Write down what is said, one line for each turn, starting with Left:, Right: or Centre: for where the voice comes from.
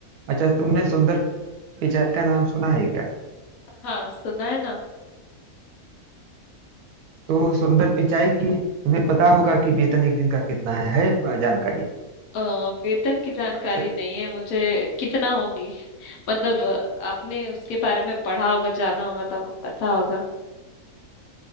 Right: अच्छा तुमने सुंदर पिचाई का नाम सुना है क्या
Left: हाँ सुना है ना
Right: तो सुंदर पिचाई की तुम्हें पता होगा कि वेतन एक दिन का कितना है है प- जानकारी
Left: अ, वेतन की जानकारी
Right: स-
Left: नहीं है मुझे कितना होगी मतलब आपने उसके बारे में पढ़ा होगा जाना होगा तो आपको पता होगा